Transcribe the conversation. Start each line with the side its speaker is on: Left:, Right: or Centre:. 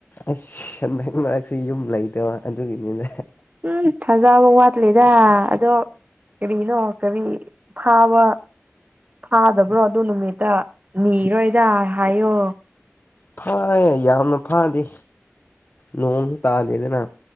Left: ꯑꯁ ꯍꯟꯗꯛ ꯃꯔꯛꯁꯨ ꯌꯨꯝ ꯂꯩꯗꯕ ꯑꯗꯨꯒꯤꯅꯤꯅ
Right: ꯎꯝ ꯊꯥꯖꯕ ꯋꯥꯠꯂꯦꯗ ꯑꯗꯣ ꯀꯔꯤꯅꯣ ꯀꯔꯤ ꯐꯥꯕ ꯐꯥꯗꯕ꯭ꯔꯣ ꯑꯗꯨꯗ ꯅꯨꯃꯤꯠꯇ ꯅꯔꯣꯣꯏꯗ ꯍꯥꯏꯣ
Left: ꯐ ꯌꯥꯝꯅ ꯐꯥꯗꯤ ꯅꯣꯡꯁꯨ ꯇꯥꯗꯦꯗꯅ